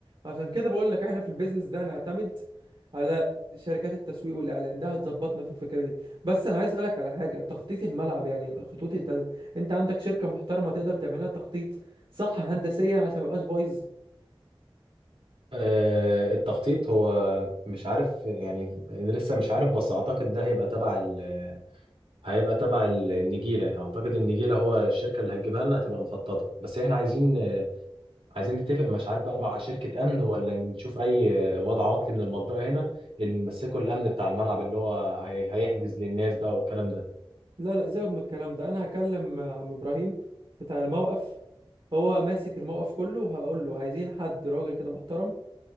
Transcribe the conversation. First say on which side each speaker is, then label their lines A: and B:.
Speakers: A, on the right (about 55°); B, on the right (about 80°).
A: عشان كده بقول لك احنا في البيزنس ده نعتمد على شركات التسويق والاعلان ده هتظبطنا في الفكره دي بس انا عايز اسالك على حاجه تخطيط الملعب يعني الخطوط انت انت عندك شركه محترمه تقدر تعملها تخطيط صح هندسيا عشان ما يبقاش بايظ
B: آه، التخطيط هو مش عارف يعني لسه مش عارف بس اعتقد ده هيبقى تبع ال هيبقى تبع ال- النجيله اعتقد النجيله هو الشركه اللي هتجيبها لنا هتبقى مخططه بس احنا عايزين عايزين نتفق مش عارف بقى مع شركة أمن ولا نشوف أي وضع عطلي من المنطقة هنا اللي نمسكوا الأمن بتاع الملعب اللي هو هي- هيحجز للناس بقى والكلام ده
A: لا لا سيبك من الكلام ده انا هكلم عم ابراهيم بتاع الموقف هو ماسك الموقف كله وهقول له عايزين حد راجل كده محترم